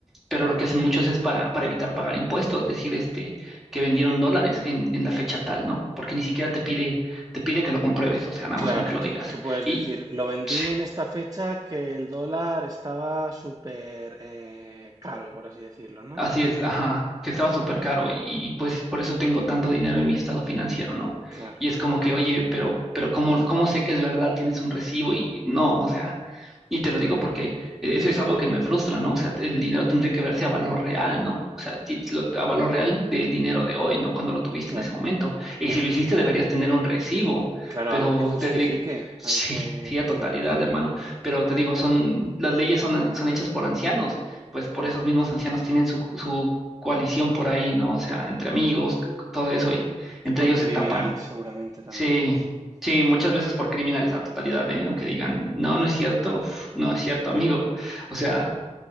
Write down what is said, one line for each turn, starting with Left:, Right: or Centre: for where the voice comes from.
Centre: pero
Right: claro.
Centre: lo que hacen muchos es para, para evitar pagar impuestos, decir este, que vendieron dólares en, en la fecha tal, ¿no? Porque ni siquiera te pide, te pide que lo compruebes, o sea, nada
Right: Claro,
Centre: más con que lo
Right: tú,
Centre: digas.
Right: tú puedes
Centre: Y
Right: decir, lo vendí
Centre: <laughs>
Right: en esta fecha que el dólar estaba súper eh, caro, por así decirlo, ¿no?
Centre: Así es, ajá, que estaba súper caro y, y, pues por eso tengo tanto dinero en mi estado financiero, ¿no?
Right: Claro,
Centre: Y es como que, oye, pero, pero ¿cómo, cómo sé que es verdad? Tienes un recibo y no, o sea, y te lo digo porque eso es algo que me frustra, ¿no? O sea, el dinero tendría que verse a valor real, ¿no? O sea, ti- lo- a valor real del dinero de hoy, no cuando lo tuviste
Right: claro,
Centre: en ese momento. Y
Right: claro,
Centre: si lo
Right: claro.
Centre: hiciste deberías tener un recibo,
Right: Claro,
Centre: pero
Right: algo que justifique,
Centre: te digo, <laughs> sí,
Right: algo que,
Centre: sí, a totalidad,
Right: que...
Centre: hermano, pero te digo, son, las leyes son, son hechas por ancianos pues por esos mismos ancianos tienen su, su coalición por ahí, ¿no? O sea, entre amigos, c- c- todo eso, y
Right: Y
Centre: entre
Right: por
Centre: ellos
Right: criminales
Centre: se tapan.
Right: seguramente también.
Centre: Sí, sí, muchas veces por criminales a totalidad, ¿eh? Aunque digan, no, no es cierto, uf, no es cierto, amigo. O sea,